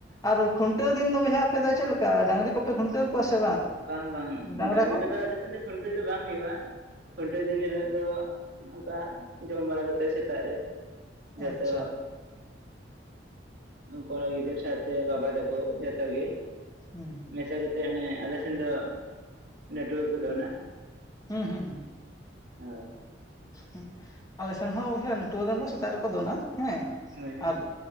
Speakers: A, on the left; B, on the right.
A: ᱟᱨ ᱠᱷᱩᱱᱴᱟᱹᱣ ᱫᱤᱱ ᱫᱚ ᱵᱚᱭᱦᱟ ᱟᱯᱮ ᱫᱚ ᱪᱮᱫ ᱞᱮᱠᱟ ᱰᱟᱝᱨᱤ ᱠᱚᱯᱮ ᱠᱷᱩᱱᱴᱟᱹᱣ ᱠᱚᱣᱟ ᱥᱮ
B: ᱵᱟᱝ ᱵᱟᱝ
A: ᱰᱟᱝᱨᱟ
B: ᱰᱟᱝᱨᱤ
A: ᱠᱚ
B: ᱠᱚᱫᱚ ᱟᱞᱮ ᱥᱮᱱ ᱫᱚ ᱠᱷᱩᱱᱴᱤᱟᱹᱣ ᱫᱚ ᱵᱟᱝ ᱦᱩᱭᱩᱜᱼᱟ᱾ ᱠᱷᱩᱱᱴᱟᱹᱣ ᱫᱤᱱ ᱦᱤᱞᱳᱜ ᱫᱚ ᱚᱱᱠᱟ ᱡᱚᱢ ᱵᱟᱲᱟ ᱠᱟᱛᱮᱜ ᱥᱮᱛᱟᱜ ᱨᱮ ᱡᱷᱚᱛᱚ
A: ᱟᱪᱪᱷᱟ
B: ᱠᱚᱲᱟ ᱜᱤᱫᱟᱹᱨ ᱥᱟᱶᱛᱮ ᱵᱟᱵᱟ ᱛᱟᱠᱚ ᱡᱚᱛᱚ ᱜᱮ
A: ᱦᱩᱸ
B: ᱢᱮᱥᱟ ᱠᱟᱛᱮ ᱚᱱᱮ ᱟᱞᱮ ᱥᱮᱱ ᱫᱚ ᱱᱮᱴᱣᱟᱹᱨᱠ <unintelligible>
A: ᱦᱩᱸ ᱦᱩᱸ ᱩᱮᱸ
B: ᱦᱳᱭ
A: ᱦᱮᱸ ᱟᱞᱮ ᱥᱮᱱ ᱦᱚᱸ ᱵᱚᱭᱦᱟ <unintelligible> ᱫᱚ ᱥᱮᱛᱟᱜ ᱨᱮᱠᱚ ᱫᱚᱱᱟ᱾ ᱦᱮᱸ
B: ᱦᱳᱭ ᱦᱳᱭ
A: ᱟᱨ